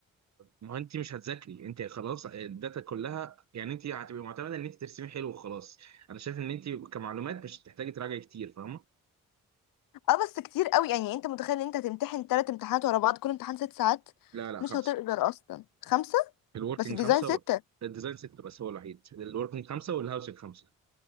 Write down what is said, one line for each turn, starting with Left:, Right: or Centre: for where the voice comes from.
Right: ما هو انت مش هتذاكري انت خلاص آه، الداتا كلها يعني انت هتبقي معتمده ان انت ترسمي حلو وخلاص انا شايف ان انت كمعلومات مش هتحتاجي تراجعي كتير فاهمه
Left: اه بس كتير قوي يعني انت متخيل ان انت هتمتحن تلات امتحانات ورا بعض كل امتحان ست ساعات
Right: لا لا
Left: مش
Right: خمسه
Left: هتقدر اصلا خمسة
Right: الوركينج
Left: بس الديزاين
Right: خمسه
Left: ستة
Right: الديزاين سته بس هو الوحيد الوركينج خمسه والهاوسنج خمسه